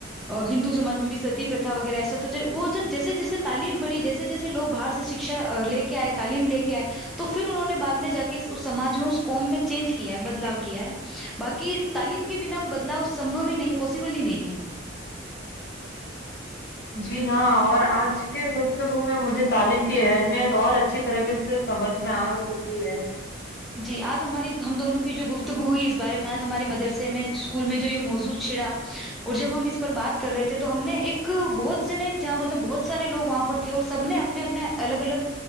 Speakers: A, in the centre; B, on the left.
A: ہندو سمج میں بھی ستی پرھا وغیرہ ایسا تو وہ جب جیسے جیسے تعلیم بڑی جیسے جیسے لوگ باہر سے شکھا لے آئے تعلیم لے کے آئے تو پھر انہوں نے بعد میں جا کے سمج میں اس قم میں چینج کیا ہے بدلاو کیا ہے باقی تعلیم کے بنا بدلاؤ سمبھو ہی نہیں ہے پاسبل ہی نہیں ہے
B: جی ہاں اور آج کے گفتگو میں مجھے تعلیم کی اہمیت اور اچھی طریقے سے سمجھ میں آ چکی ہے
A: جی آج ہماری ہم دونوں کی جو گفتگو ہوئی اس بارے میں آج ہمارے مدرسے میں اسکول میں جو یہ موضو چھڑا اور جب ہم اس پر بات کر رہے تھے تو ہم نے ایک بہت سنے جہاں مطلب بہت سارے لوگ وہاں پر تھے اور سب نے اپنے اپنے الگ الگ